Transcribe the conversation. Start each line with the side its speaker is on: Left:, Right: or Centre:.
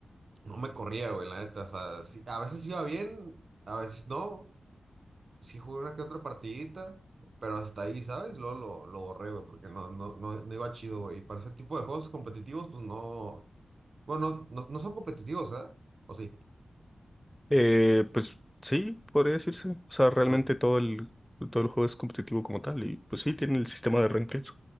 Right: no me corría, güey, la neta. O sea, sí- a veces iba bien, a veces no. Sí jugué una que otra partidita, pero hasta ahí, ¿sabes? Luego lo, lo borré, güey, porque no, no, no, no iba chido, güey. Y para ese tipo de juegos competitivos, pues no. Bueno, no, no, no son competitivos, ¿eh? ¿O sí?
Centre: Eh, pues sí, podría decirse. O sea, realmente
Right: Ok.
Centre: todo el, todo el juego es competitivo como tal y pues sí, tiene el sistema de ranked.